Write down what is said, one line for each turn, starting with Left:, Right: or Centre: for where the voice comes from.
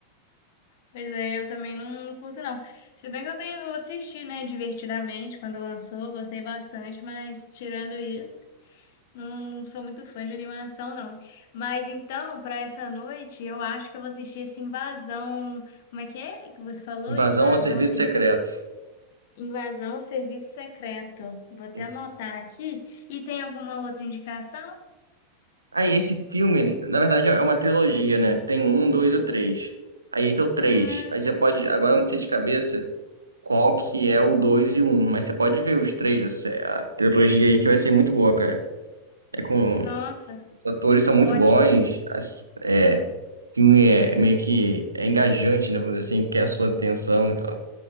Left: Pois é, eu também não, não curto, não. Se bem que eu tenho, eu assisti, né, divertidamente quando lançou, gostei bastante, mas tirando isso, não sou muito fã de animação, não. Mas então, para essa noite, eu acho que eu vou assistir esse Invasão. Como é que é que você falou?
Right: Invasão
Left: Invasão,
Right: ao Serviço
Left: Ser-
Right: Secreto.
Left: Invasão ao Serviço Secreto. Vou até
Right: Esse.
Left: anotar aqui. E tem alguma outra indicação?
Right: Ah, e esse filme, na verdade é uma trilogia, né? Tem um, dois ou três. Aí esse é o três.
Left: Ah,
Right: Aí você pode, agora eu não sei de cabeça qual que é o dois e o um, mas você pode ver os três, essa- é a trilogia aí que vai ser muito boa, cara. É com...
Left: nossa.
Right: Os atores são muito
Left: Ótimo,
Right: bons. As... É... O filme é meio que é engajante, né? Vamos dizer assim, quer a sua atenção e tal.